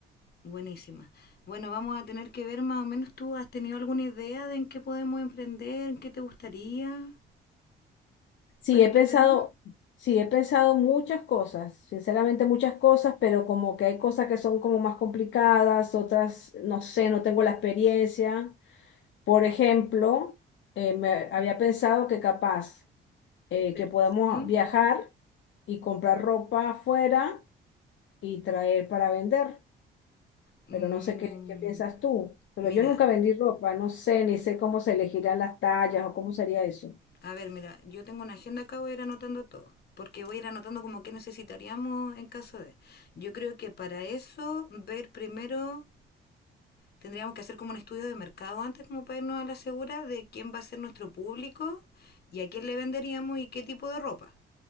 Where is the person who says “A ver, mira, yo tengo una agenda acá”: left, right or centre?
Left